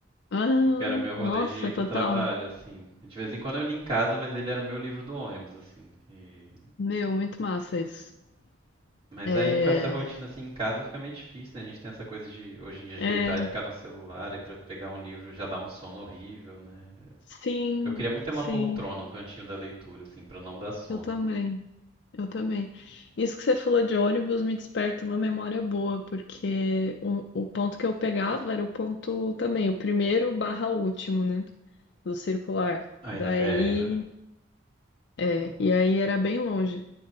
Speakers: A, on the left; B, on the right.
A: Ah,
B: Porque era meu rolê
A: nossa,
B: de ir pro
A: total.
B: trabalho, assim. De vez em quando eu li em casa, mas ele era o meu livro do ônibus, assim. E-
A: Meu, muito massa isso.
B: Mas
A: É...
B: aí com essa rotina assim em casa fica meio difícil, né? A gente tem essa coisa de hoje em dia
A: É...
B: de deitar e ficar no celular e pra pegar um livro já dá um sono horrível, né?
A: Sim,
B: Eu queria muito ter uma
A: sim.
B: poltrona, um cantinho da leitura, assim, pra não dar sono.
A: Eu também. Eu também. Isso que você falou de ônibus me desperta uma memória boa, porque o, o ponto que eu pegava era o ponto também, o primeiro barra último, né? Do circular.
B: Aí
A: Daí.
B: na BR, né?
A: É, e aí era bem longe,